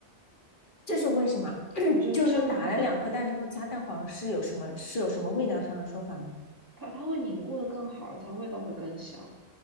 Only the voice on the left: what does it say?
这是为什么？<coughs>
就是说打了两颗蛋之后加蛋黄是有什么是有什么味道上的说法吗？